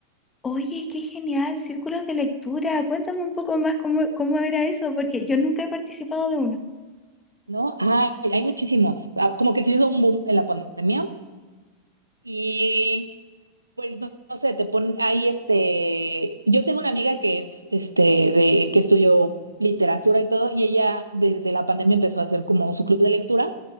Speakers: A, on the left (about 15°); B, on the right (about 85°).
A: Oye, qué genial, círculos de lectura, cuéntame un poco más cómo, cómo era eso, porque yo nunca he participado de uno.
B: ¿no? Ay, hay muchísimos, Ah, como que se hizo un boom en la pandemia. Y Pues no, no sé, te ponen ahí este, yo tengo una amiga que es este de que estudió literatura y todo y ella desde la pandemia empezó a hacer como su club de lectura.